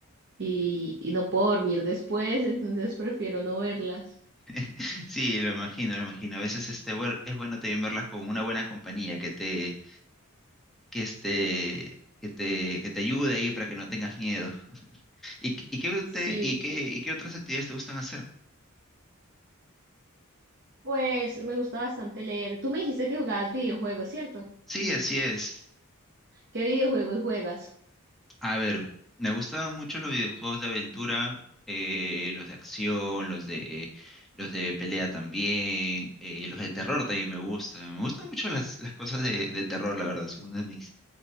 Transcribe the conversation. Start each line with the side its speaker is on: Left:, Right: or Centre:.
Right: y, y no puedo dormir después, entonces prefiero no verlas.
Centre: <laughs> Sí, lo imagino, lo imagino. A veces este, bueno, es bueno también verlas con una buena compañía que te, que este, que te, que te ayude ahí para que no tengas miedo. ¿Y, qué- y qué
Right: Sí,
Centre: te- y qué, y qué otras actividades te gustan hacer?
Right: pues me gusta bastante leer. Tú me dijiste que jugabas videojuegos, ¿cierto?
Centre: Sí, así es.
Right: ¿Qué videojuegos juegas?
Centre: A ver, me gustaban mucho los videojuegos de aventura, eh, los de acción, los de, los de pelea también, eh, los de terror también me gustan. Me gustan mucho las, las cosas de, de terror, la verdad, son una de mis,